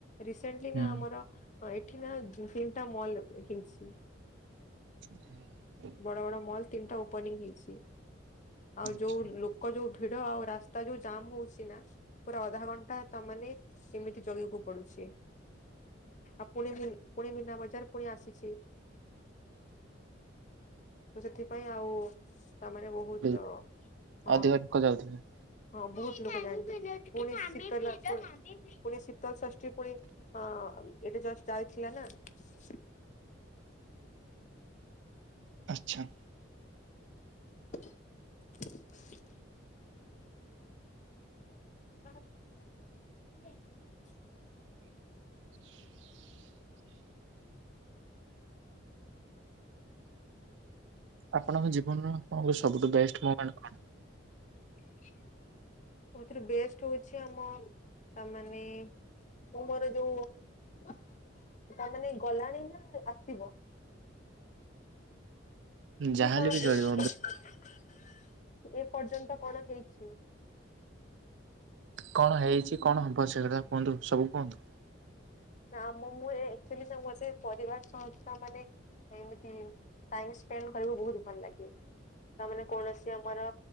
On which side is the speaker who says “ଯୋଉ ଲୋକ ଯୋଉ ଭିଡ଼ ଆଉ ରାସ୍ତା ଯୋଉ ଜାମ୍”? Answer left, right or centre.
Left